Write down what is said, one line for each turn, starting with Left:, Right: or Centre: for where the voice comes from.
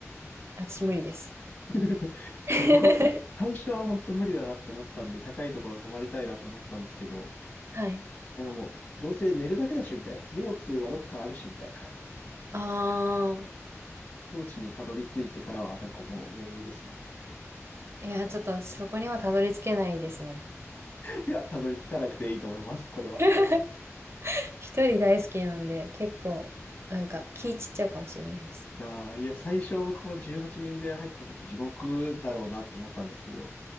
Right: 私無理です。
Left: <laughs>
Right: <laughs>
Left: いや、僕は、最初は本当無理だなって思ったんで、高いところ泊まりたいなと思ってたんですけど、
Right: はい。
Left: なんかもう、どうせ寝るだけだし、みたいな。荷物はロッカーあるし、みたいな。
Right: ああ。
Left: 境地にたどり着いてからは、なんかもう余裕ですね。
Right: いや、ちょっとそこにはたどり着けないですね。
Left: いや、たどり着かなくていいと思います。これは。
Right: <laughs> 一人大好きなんで、結構、なんか気散っちゃうかもしれないです。
Left: あーいや、最初は僕も18人部屋入った時地獄だろうなと思ったんですけど、